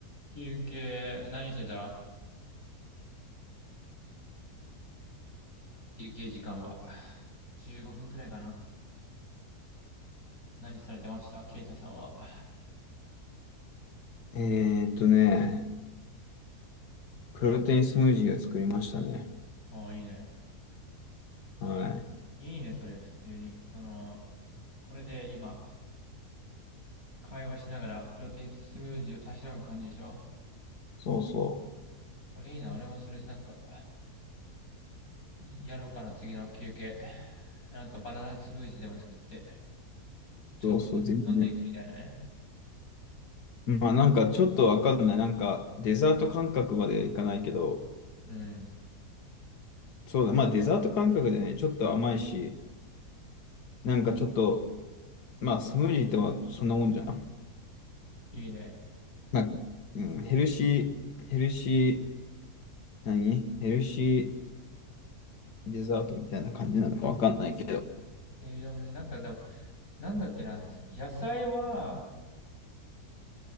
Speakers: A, on the left (about 60°); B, on the left (about 85°).
A: 休憩、何してた休憩時間は。15分くらいかな。何されてましたケイタさんは。あ
B: えーっとね、プロテインスムージーを作りましたね。
A: あ、いいね。
B: はい。
A: いいね、それ、普通に。その、これで今、会話しながら、プロテインスムージーをたしなむ感じでしょ
B: そうそ
A: これいいな、俺もそれ、なんか、やろうかな、次の休憩。なんか、バナナスムージーでも作って、ちょっと飲んでいくみたいなね。
B: う。そうそう、全然。まあなんかちょっとわかんない。なんかデザート感覚までいかないけど、
A: うん、
B: そうだ、まあデザート感覚でね、ちょっと甘いし、なんかちょっと、まあスムージーってまあそんなもんじゃん。
A: いいね。
B: まあ、うん、ヘルシー、ヘルシー、何ヘルシーデザートみたいな感じなのかわかんないけど。
A: 栄養もね、なんかでも、なんだっけな、野菜は、